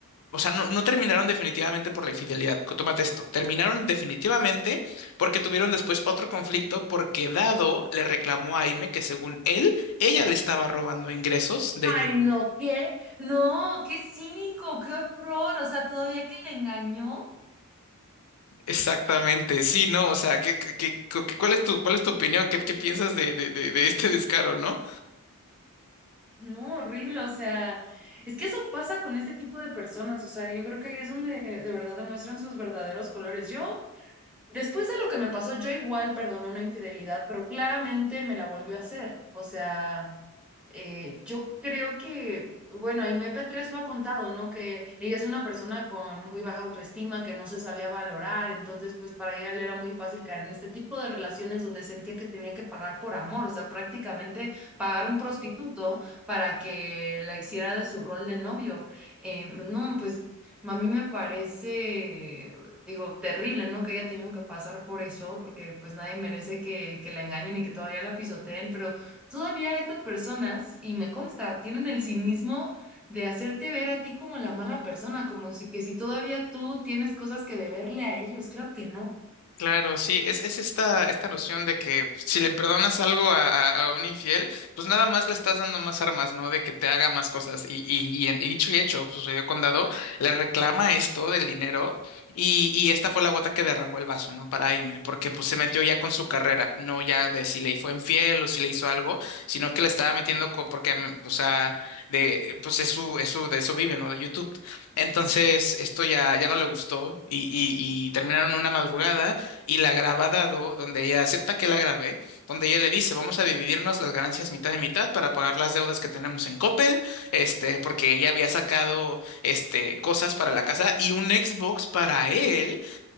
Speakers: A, on the left; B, in the centre.
A: o sea, no, no terminaron definitivamente por la infidelidad. co- Tómate esto. Terminaron definitivamente porque tuvieron después otro conflicto porque Dado le reclamó a Aime que según él, ella le estaba robando ingresos de
B: Ay,
A: YouTube.
B: no, ¿qué? No, qué cínico, qué horror. O sea, todavía que le engañó.
A: Exactamente, sí, no, o sea, ¿qué, qué- qué- cu- cuál es tu, cuál es tu opinión? ¿Qué, qué piensas de, de, de de este descaro, no?
B: No, horrible, o sea, es que eso pasa con este tipo de personas, o sea, yo creo que ahí es donde de verdad demuestran sus verdaderos colores. Yo Después de lo que me pasó, yo igual perdoné una infidelidad, pero claramente me la volvió a hacer. O sea, eh, yo creo que, bueno, y mp tres lo ha contado, ¿no? Que ella es una persona con muy baja autoestima, que no se sabía valorar, entonces pues para ella le era muy fácil caer en este tipo de relaciones donde sentía que tenía que pagar por amor, o sea, prácticamente pagar un prostituto para que la hiciera de su rol de novio. Eh, no, pues a mí me parece, digo, terrible, ¿no? Que haya tenido que pasar por eso, porque pues nadie merece que, que la engañen y que todavía la pisoteen, pero... Todavía estas personas, y me consta, tienen el cinismo de hacerte ver a ti como la mala persona, como si que si todavía tú tienes cosas que deberle a ellos, claro que no.
A: Claro, sí, es, es esta, esta noción de que si le perdonas algo a, a- a un infiel, pues nada más le estás dando más armas, ¿no? De que te haga más cosas. Y, y, y en- y dicho y hecho, sucedió con Dado, le reclama esto del dinero y, y esta fue la gota que derramó el vaso, ¿no? Para Aime, porque pues se metió ya con su carrera, no ya de si le fue infiel o si le hizo algo, sino que le estaba metiendo co- porque, mm, o sea, de, pues es su, es su- de eso vive, ¿no? De YouTube. Entonces, esto ya, ya no le gustó y, y y terminaron una madrugada y la graba dado donde ella acepta que la grabé, donde ella le dice, vamos a dividirnos las ganancias mitad y mitad para pagar las deudas que tenemos en Coppel, este, porque ella había sacado este, cosas para la casa y un Xbox para él